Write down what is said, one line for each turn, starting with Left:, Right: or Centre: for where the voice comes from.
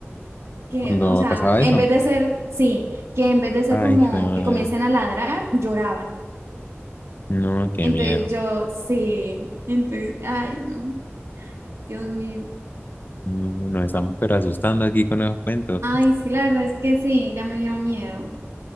Right: Que,
Left: cuando
Right: o sea,
Left: pasaba
Right: en
Left: eso,
Right: vez de ser, sí, que en vez de ser
Left: ay,
Right: como
Left: hijo de madre,
Right: que comiencen a ladrar, lloraban.
Left: no, qué
Right: Entonces
Left: miedo.
Right: yo, sí, entonces, ay, no, Dios mío.
Left: No, nos estamos pero asustando aquí con esos cuentos.
Right: Ay, sí, la verdad es que sí, ya me dio miedo.